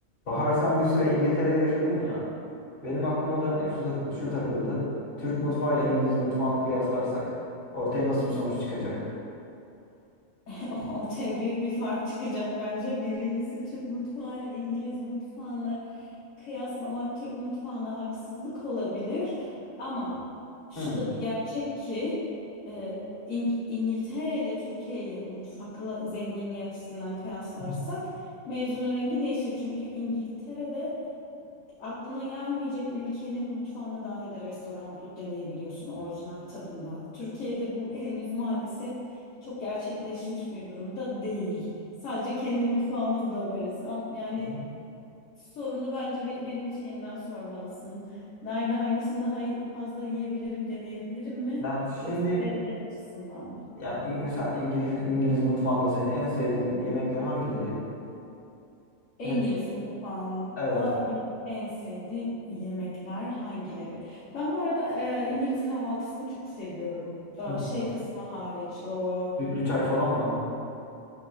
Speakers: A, on the left; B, on the left.
A: Bahar sen bir süre İngiltere'de yaşadın ya. Benim aklıma da e, şu takıldı, şu takıldı. Türk mutfağı ile İngiliz mutfağını kıyaslarsak ortaya nasıl bir sonuç çıkacak?
B: <laughs> Ortaya büyük bir fark çıkacak bence. Birincisi Türk mutfağıyla İngiliz mutfağını kıyaslamak Türk mutfağına haksızlık olabilir. Ama şu
A: Hmm.
B: da
A: Hı
B: bir gerçek ki e, İng- İngiltere ile Türkiye'yi mutfakla zenginliği açısından kıyaslarsak
A: hı,
B: mevzunun rengi değişir. Çünkü İngiltere'de Aklına gelmeyecek ülkenin mutfağına dair de restoran bulup deneyebiliyorsun orijinal tadında. Türkiye'de bu henüz maalesef çok gerçekleşmiş bir durumda değil. Sadece kendi mutfağımızda varız. Am- Yani
A: hı hı.
B: sorunu bence be- benim için yeniden sormalısın. Nerede hangisini daha iyi- fazla yiyebilirim, deneyebilirim mi?
A: Ya şimdi
B: Yoksa lezzet açısından mı?
A: ya İng- mesela İngiltere, İngiliz mutfağında senin en sevdiğin yemekler hangileri?
B: İngiliz
A: Ne?
B: mutfağında
A: Evet.
B: bir en sevdiğim yemekler hangileri? Ben bu arada e, İngiliz kahvaltısını çok seviyorum. E,
A: Hı hı,
B: şey kısmı hariç o
A: Sütlü çay falan mı?